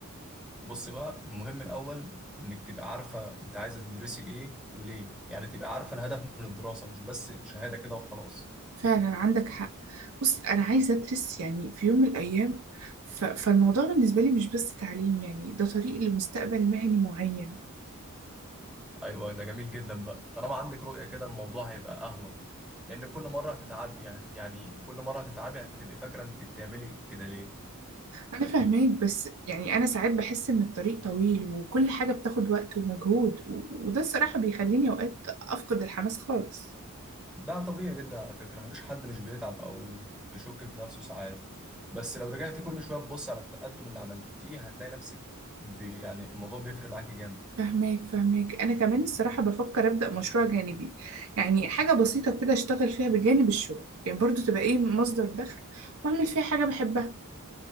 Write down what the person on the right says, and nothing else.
فعلا عندك حق بص أنا عايزة أدرس يعني في يوم من الأيام ف... فالموضوع بالنسبة لي مش بس تعليم يعني ده طريق لمستقبل مهني معين
أنا فاهماك بس يعني أنا ساعات بحس إن الطريق طويل وكل حاجة بتاخد وقت ومجهود و... وده الصراحة بيخليني أوقات أفقد الحماس خالص
فهماك فهماك أنا كمان الصراحة بفكر أبدأ مشروع جانبي يعني حاجة بسيطة كده أشتغل فيها بجانب الشغل يعني برضو تبقى إيه مصدر دخل وأعمل فيها حاجة بحبها